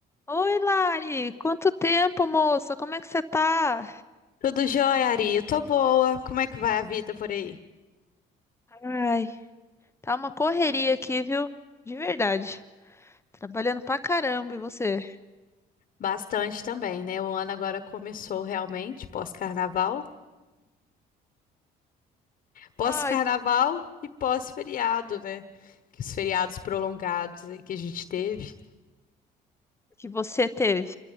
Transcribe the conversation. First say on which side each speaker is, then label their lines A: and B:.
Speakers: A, on the left; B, on the left.
A: Oi, Lari! Quanto tempo, moça? Como é que você tá?
B: Tudo jóia, Ari? Eu tô boa. Como é que vai a vida por aí?
A: Ai, tá uma correria aqui, viu? De verdade. Trabalhando pra caramba, e você?
B: Bastante também, né? O ano agora começou realmente, pós-carnaval. Pós-carnaval
A: Ai, que,
B: e pós-feriado, né? Que os feriados prolongados aí que a gente teve.
A: que você teve?